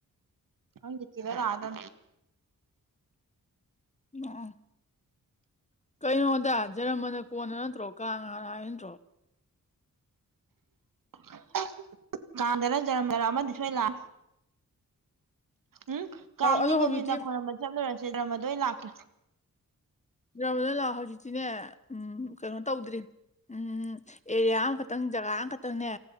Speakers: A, on the right; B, on the left.
A: ꯍꯪꯤꯇꯤꯔꯗ ꯑꯗ
B: ꯌꯥ ꯀꯩꯅꯣꯗ ꯖꯔꯃꯅ ꯀꯣꯟꯅ ꯅꯠꯇ꯭ꯔꯣ ꯀ ꯉꯥꯅ ꯍꯥꯏ ꯅꯟꯠꯇ꯭ꯔꯣ
A: ꯑ ꯀꯥꯟꯗꯔ ꯖꯔꯝꯗꯔ ꯑꯃꯗꯤ ꯁꯣꯏ ꯂꯥꯛꯑꯦ ꯎꯝ ꯀꯥꯡꯗꯤ
B: ꯑꯗꯣ
A: ꯒꯣꯕꯤꯟꯗ
B: ꯍꯧꯖꯤꯛꯇꯤ
A: ꯈꯣꯏꯔꯝꯕ ꯆꯠꯂꯨꯔꯁꯤꯦ ꯗ꯭ꯔꯃꯗꯣꯏ ꯂꯥꯛꯀꯦ
B: ꯗ꯭ꯔꯕꯗ ꯂꯥꯛꯑꯣ ꯍꯧꯖꯤꯛꯇꯤꯅꯦ ꯎꯝ ꯀꯩꯅꯣ ꯇꯧꯗ꯭ꯔꯤ ꯎꯝ ꯎꯝ ꯑꯦꯔꯤꯌꯥ ꯑꯃꯈꯛꯇꯪ ꯖꯒꯥ ꯑꯃꯈꯛꯇꯪꯅꯦ